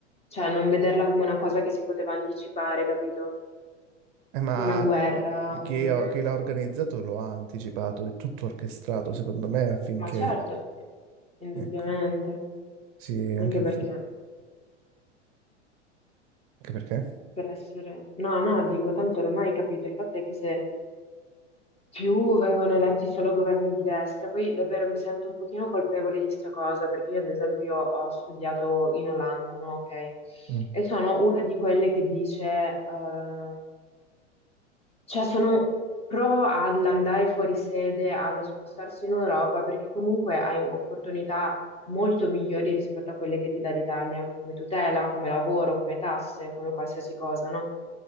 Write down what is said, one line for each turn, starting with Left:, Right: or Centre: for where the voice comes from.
Left: cioè, non vederla come una cosa che si poteva anticipare, capito?
Right: Eh, ma
Left: Una guerra, un...
Right: chi, ha- chi l'ha organizzato lo ha anticipato, è tutto orchestrato, secondo me, affinché
Left: Ma certo, indubbiamente,
Right: Ecco, sì,
Left: anche
Right: anche,
Left: perché
Right: anche perché?
Left: per essere... No, no, dico, tanto ormai capito, il fatto è che se più vengono eletti solo governi di destra. Poi davvero mi sento un pochino colpevole di sta cosa, perché io ad esempio ho studiato in Olanda, no? Ok.
Right: Mm,
Left: E sono una di quelle che dice, eh, cioè sono pro all'andare fuori sede, allo spostarsi in Europa, perché comunque hai opportunità molto migliori rispetto a quelle che ti dà l'Italia, come tutela, come lavoro, come tasse, come qualsiasi cosa, no?